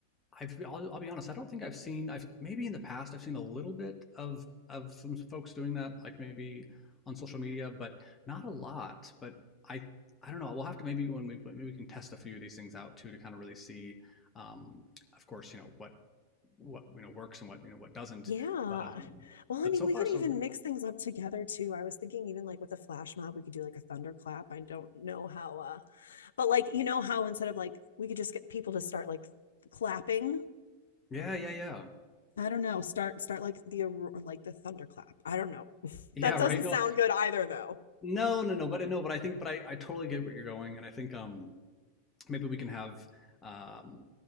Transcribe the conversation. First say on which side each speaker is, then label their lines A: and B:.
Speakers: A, on the left; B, on the left.
A: I've I'll, I'll be honest. I don't think I've seen. I've maybe in the past I've seen a little bit of of some folks doing that, like maybe on social media, but not a lot. But I I don't know. We'll have to maybe when we maybe we can test a few of these things out too to kind of really see. Um, of course, you know what what you know works and what you know what doesn't.
B: Yeah.
A: But um,
B: Well,
A: but
B: I mean,
A: so
B: we
A: far
B: could
A: so
B: even
A: good.
B: mix things up together too. I was thinking even like with a flash mob, we could do like a thunderclap. I don't know how uh but like you know how instead of like we could just get people to start like clapping
A: Yeah, yeah, yeah,
B: I don't know. Start start like the aurora, like the thunderclap. I don't know. <laughs>
A: yeah.
B: that doesn't
A: Right. No,
B: sound good either, though.
A: no, no, no. But no, but I think, but I I totally get where you're going, and I think um maybe we can have. Um,